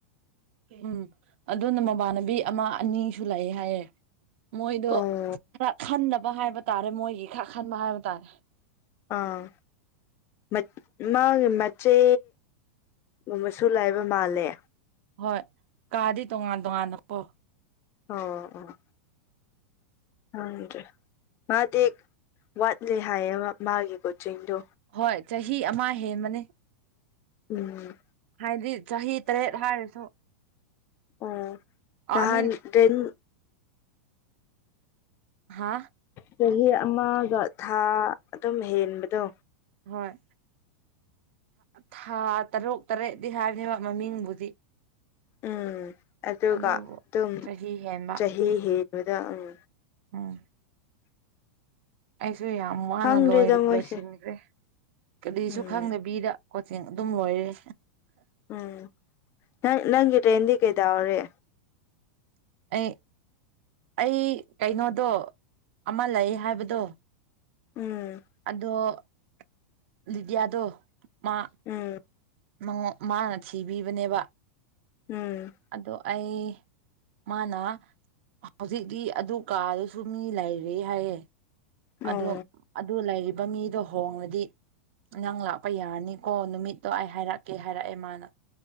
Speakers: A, on the right (about 60°); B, on the left (about 35°).
A: ꯎꯝ ꯑꯗꯨꯅ ꯃꯃꯥꯟꯅꯕꯤ ꯑꯃ ꯑꯅꯤꯁꯨ ꯂꯩ ꯍꯥꯏꯌꯦ ꯃꯣꯏꯗꯣ
B: ꯑꯣ
A: ꯈꯔ ꯈꯟꯗꯕ ꯍꯥꯏꯕ ꯇꯥꯔꯦ ꯃꯣꯏꯒꯤ ꯈꯔ ꯈꯟꯕ ꯍꯥꯏꯕ ꯇꯥꯔꯦ
B: ꯑꯥ ꯃꯠ ꯃꯥꯒꯤ ꯃꯆꯦ ꯃꯁꯨ ꯂꯩꯕ ꯃꯥꯜꯂꯦ
A: ꯍꯣꯏ ꯀꯥꯗꯤ ꯇꯣꯉꯥꯟ ꯇꯣꯉꯥꯟꯅꯀꯣ
B: ꯑꯧ ꯑꯣꯑꯣ ꯍꯗ꯭ꯔꯦ ꯃꯥꯗꯤ ꯋꯥꯠꯂꯤ ꯍꯥꯏꯌꯦꯕ ꯃꯥꯒꯤ ꯀꯣꯆꯤꯡꯗꯣ
A: ꯍꯣꯏ ꯆꯍꯤ ꯑꯃ ꯍꯦꯟꯕꯅꯦ
B: ꯎꯝ
A: ꯍꯥꯏꯗꯤ ꯆꯍꯤ ꯇꯔꯦꯠ ꯍꯥꯏꯔꯁꯨ
B: ꯑꯣ ꯅꯍꯥꯟ
A: ꯑꯥꯏ ꯃꯤꯟ
B: ꯗ꯭ꯔꯤꯟ
A: ꯍꯥ
B: ꯆꯍꯤ ꯑꯃꯒ ꯊꯥ ꯑꯗꯨꯝ ꯍꯦꯟꯕꯗꯣ
A: ꯍꯣꯏ ꯊꯥ ꯇꯔꯨꯛ ꯇꯔꯦꯠꯗꯤ ꯍꯥꯏꯕꯅꯦꯕ ꯃꯃꯤꯡꯕꯨꯗꯤ
B: ꯎꯝ ꯑꯗꯨꯒ
A: ꯑꯗꯨꯕꯨ
B: ꯑꯗꯨꯝ
A: ꯆꯍꯤ ꯍꯦꯟꯕ
B: ꯆꯍꯤ ꯍꯦꯟꯕꯗ ꯎꯝ
A: ꯎꯝ ꯑꯩꯁꯨ ꯌꯥꯝ ꯋꯥꯅ
B: ꯈꯪꯗ꯭ꯔꯦꯗ ꯃꯣꯏꯁꯦ
A: ꯂꯣꯏꯁꯤꯟꯈ꯭ꯔꯦ ꯀꯔꯤꯁꯨ
B: ꯎꯝ
A: ꯈꯪꯗꯕꯤꯗ ꯀꯣꯆꯤꯡ ꯑꯗꯨꯝ ꯂꯣꯏꯔꯦ
B: ꯎꯝ ꯅꯪ ꯅꯪꯒꯤ ꯇꯦꯟꯗꯤ ꯀꯩꯗꯧꯔꯤ
A: ꯑꯩ ꯑꯩ ꯀꯩꯅꯣꯗꯣ ꯑꯃ ꯂꯩ ꯍꯥꯏꯕꯗꯣ
B: ꯎꯝ
A: ꯑꯗꯣ ꯂꯤꯗꯤꯌꯥꯗꯣ ꯃꯥ
B: ꯎꯝ
A: ꯃꯉꯣꯟ ꯃꯥꯅ ꯊꯤꯕꯤꯕꯅꯦꯕ
B: ꯎꯝ
A: ꯑꯗꯨ ꯑꯩ ꯃꯥꯅ ꯍꯧꯖꯤꯛꯇꯤ ꯑꯗꯨ ꯀꯥꯗꯨꯁꯨ ꯃꯤ ꯂꯩꯔꯦ ꯍꯥꯏꯌꯦ ꯑꯗꯣ
B: ꯑꯣ
A: ꯑꯗꯨ ꯂꯩꯔꯤꯕ ꯃꯤꯗꯣ ꯍꯣꯡꯔꯗꯤ ꯅꯪ ꯂꯥꯛꯄ ꯌꯥꯔꯅꯤꯀꯣ ꯅꯨꯃꯤꯠꯇꯣ ꯑꯩ ꯍꯥꯏꯔꯛꯀꯦ ꯍꯥꯏꯔꯛꯑꯦ ꯃꯥꯅ꯫